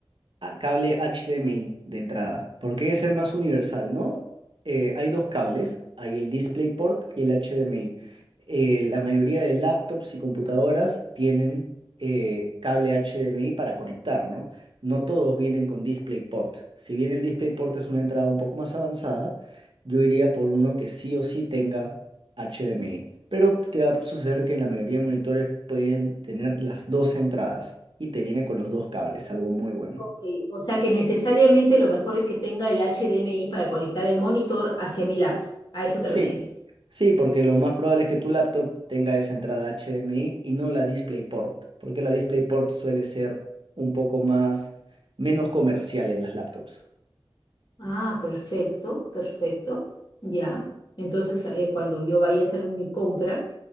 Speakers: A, on the right; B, on the left.
A: a- cable HDMI de entrada, porque es el más universal, ¿no? Eh, hay dos cables, hay el DisplayPort y el HDMI. Eh, la mayoría de laptops y computadoras tienen eh, cable HDMI para conectar, ¿no? No todos vienen con DisplayPort. Si bien el DisplayPort es una entrada un poco más avanzada, yo iría por uno que sí o sí tenga HDMI. Pero te va a suceder que la mayoría de monitores pueden tener las dos entradas y te viene con los dos cables, algo muy bueno.
B: Ok, O sea que necesariamente lo mejor es que tenga el HDMI para conectar el monitor hacia mi laptop. ¿A eso te
A: Sí,
B: refieres?
A: sí, porque lo más probable es que tu laptop tenga esa entrada HDMI y no la DisplayPort, porque la DisplayPort suele ser un poco más, menos comercial en las laptops.
B: Ah, perfecto, perfecto. Ya. Entonces, eh, cuando yo vaya a hacer mi compra,